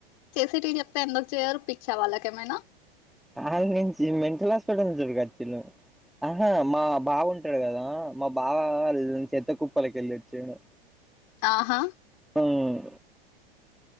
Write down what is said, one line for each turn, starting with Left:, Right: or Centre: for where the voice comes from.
Left: చేసేటియ్ చెప్తే ఎందుకు చేయరు పిచ్చా వాళ్ళకేమైనా
Centre: ఆళ్ నుంచి మెంటల్ హాస్పిటల్ దొరకొచ్చినమ్ ఆహా మా బావ ఉంటాడు కదా మా బావ చెత్త కుప్పలకి ఎళ్ళొచ్చాడు.
Left: ఆహా
Centre: హ్మ్మ్